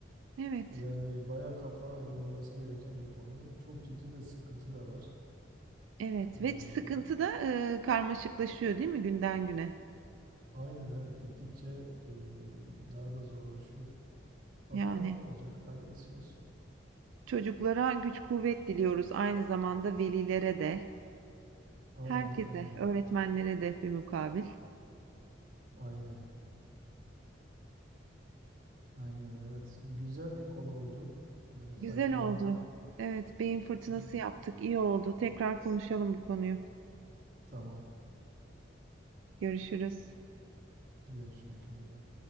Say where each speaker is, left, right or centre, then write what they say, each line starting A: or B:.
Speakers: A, on the right; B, on the right.
A: Evet,
B: Yani baya kafa yorulması gereken bir konu. Çok ciddi de sıkıntı da var.
A: evet
B: Ee,
A: ve sıkıntı da e, karmaşıklaşıyor değil mi günden güne?
B: aynen evet gittikçe e, daha da zorlaşıyor. Bakalım
A: Yani
B: ne olacak? Hayırlısı olsun.
A: çocuklara güç kuvvet diliyoruz aynı zamanda velilere de,
B: Aynen
A: herkese,
B: aynen.
A: öğretmenlere de bir mukabil.
B: Aynen. Aynen evet. Güzel bir konu oldu. Ben faydalandım.
A: Güzel oldu. Evet, beyin fırtınası
B: Ee,
A: yaptık. İyi oldu. Tekrar konuşalım bu konuyu.
B: Tamam.
A: Görüşürüz.
B: Görüşmek üzere.